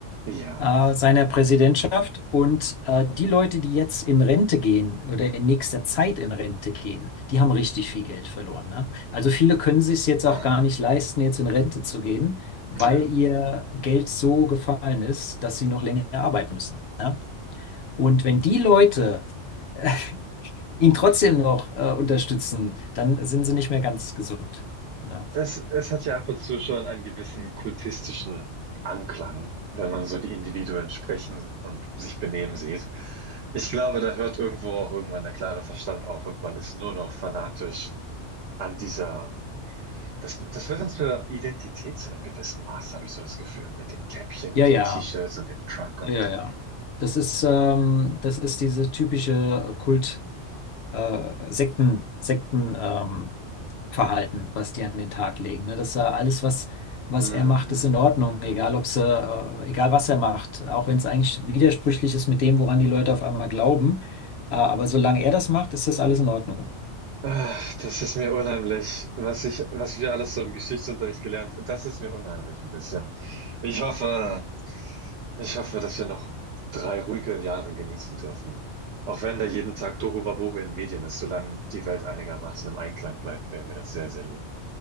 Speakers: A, on the right; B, on the left.
A: Ja.
B: äh, seiner Präsidentschaft. Und äh, die Leute, die jetzt in Rente gehen oder in nächster Zeit in Rente gehen, die haben richtig viel Geld verloren. Ne? Also viele können sich es jetzt
A: Ah.
B: auch gar nicht leisten, jetzt in Rente zu gehen, weil
A: Ja.
B: ihr Geld so gefallen ist, dass sie noch länger arbeiten müssen. Ne? Und wenn die Leute äh, ihn trotzdem noch äh, unterstützen, dann sind sie nicht mehr ganz gesund. Ne?
A: Es es hat ja ab und zu schon einen gewissen kultistischen Anklang, wenn man so die Individuen sprechen und sich benehmen sieht. Ich glaube, da hört irgendwo auch irgendwann der klare Verstand auf und man ist nur noch fanatisch an dieser das das wird uns für Identität zu 'nem gewissen Maß, habe ich so das Gefühl, mit den Käppchen
B: Ja,
A: und
B: ja,
A: den T-Shirts und dem Truck
B: ja,
A: und
B: ja. ja. Das ist, ähm, das ist diese typische äh, Kult. äh, Sekten, Sekten, ähm, Verhalten, was die an den Tag legen. Ne? Dass er alles, was, was
A: mhm,
B: er macht,
A: mhm,
B: ist in Ordnung, egal
A: mhm.
B: ob sie, äh, egal was er macht, auch wenn es eigentlich widersprüchlich ist mit dem, woran die Leute auf einmal glauben. Äh, aber solange er das macht, ist das alles in Ordnung.
A: Ach, das ist mir unheimlich, was ich was wir alles so im Geschichtsunterricht gelernt das ist mir unheimlich ein bisschen. Ich hoffe Ich hoffe, dass wir noch drei ruhige Jahre genießen dürfen. Auch wenn da jeden Tag Tohuwabohu in den Medien ist, solange die Welt einigermaßen im Einklang bleibt, wäre mir das sehr, sehr lieb.